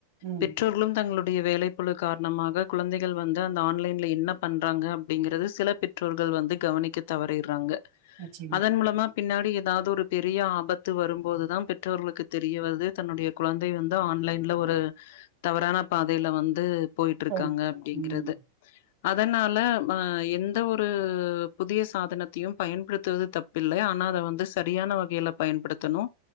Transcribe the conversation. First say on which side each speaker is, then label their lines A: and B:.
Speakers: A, on the right; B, on the left.
A: ம்
B: பெற்றோர்களும் தங்களு நறைய வேலை பழு காரணமாக குழந்தைகள் வந்து அந்த ஆன்லைல என்ன பண்றாங்க அப்டிங்கறத சில பெற்றோர்கள் வந்து கவனிக்க தவறிறாங்க
A: நிச்சயமா
B: அதன் மூலமா பின்னாடி ஏ தாவது ஒரு பெரிய ஆபத்து வரும்போதுதா பெற்றோர்களுக்கு தெரியவருது தன்னுடைய குழந்தை வந்து ஆன்லைன்ல ஒரு தவறான பாதையில வந்து போயிட்டு இருக்காங்க
A: போயின்ருக்கு
B: அப்படிங்கிறது
A: ம்
B: அதனால ப எந்த ஒரு புதிய சாதனத்தையும் பயன்படுத்துவது தப்பில்ல ஆனா அதை வந்து சரியான வகையில பயன்ப்படுதனும்